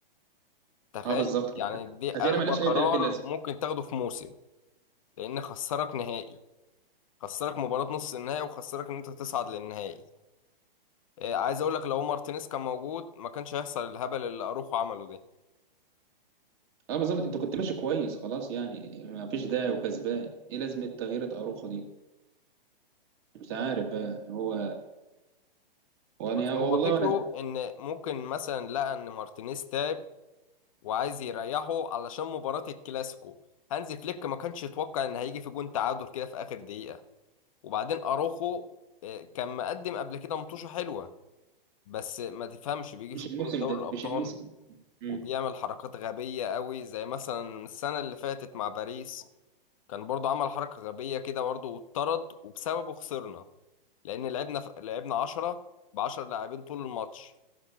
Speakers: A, on the left; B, on the right.
A: تخيل
B: اه بالظبط كده
A: يعني دي اغبى
B: تغييره ملهاش
A: قرار
B: اي 30 لازمه
A: ممكن تاخده في موسم لان خسرك نهائي خسرك مباراة نص النهائي وخسرك ان انت تصعد للنهائي آه، عايز اقول لك لو مارتينيز كان موجود ما كانش هيحصل الهبل اللي اروخو عمله ده
B: اه بالظبط انت كنت ماشي كويس خلاص يعني ما فيش داعي وكسبان ايه لازمه تغيير اروخو دي مش عارف بقى يعني هو وانا
A: بص
B: والله
A: هو فكره
B: أنا
A: ان ممكن مثلا لقى ان مارتينيز تعب وعايز يريحه علشان مباراة الكلاسيكو هانزي فليك ما كانش يتوقع ان هيجي في جون تعادل كده في اخر دقيقة وبعدين اروخو آه، كان مقدم قبل كده مطوشة حلوة بس ما تفهمش بيجي
B: مش
A: في
B: الموسم
A: بطولة دوري
B: ده
A: الابطال
B: مش الموسم مم.
A: وبيعمل حركات غبية قوي زي مثلا السنة اللي فاتت مع باريس كان برضو عمل حركة غبية كده برضو واتطرد وبسببه خسرنا لأن لعبنا ف... لعبنا 10 ب 10 لاعبين طول الماتش